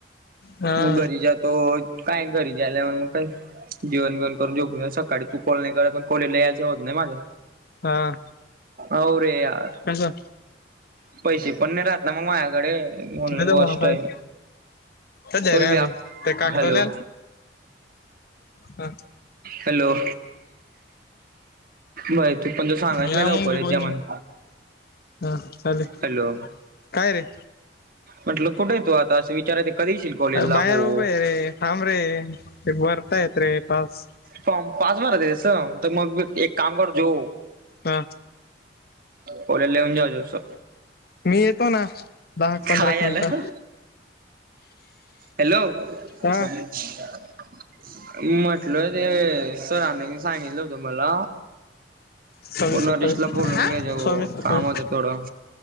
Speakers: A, on the left; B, on the right.
A: हा
B: मग घरी जातो काय घरी जाल्यावर मग काय जेवण बिवण करून झोपून सकाळी तू कॉल नाय करत पण कॉलेजला यायचं होत नाय माझं
A: हा
B: अव रे यार
A: कसं
B: पैसे पण नाय राहत ना मग माझ्याकडे म्हणुन
A: दादा
B: मोजतोय.
A: बोनाफाईड सध्या
B: तरी
A: रे आम्ही
B: बी आप
A: ते कागदोल्याल
B: हॅलो
A: हा
B: हॅलो बर तू पण तो सांगायच
A: मी
B: नाय
A: आमून
B: लवकर
A: बी
B: येते
A: बोल
B: जा म्हणून
A: हा चालेल
B: हॅलो
A: काय रे
B: म्हटलं कुठेेय तु आता असं विचारयं कधी येशील? कॉलेजला
A: अ बाहेर
B: भो
A: उभाय रे थांब रे ते भरतायेत र टास्क
B: फॉर्म पास भरत्यांतस तर मग एक काम कर जो
A: हा
B: कॉलेजला येऊन जाजो स
A: मी येतो ना. दहा पंधरा
B: हाय
A: मिनिटं
B: आलं हॅलो <unintelligible>
A: हा
B: म्हटलय ते सरांनी सांगितलं होत मला
A: सव्वीस
B: नोटिसला
A: सत्तावीस
B: बोलून घ्या जेव
A: सव्वीस
B: भो
A: सत्तावीस
B: काम होत थोडं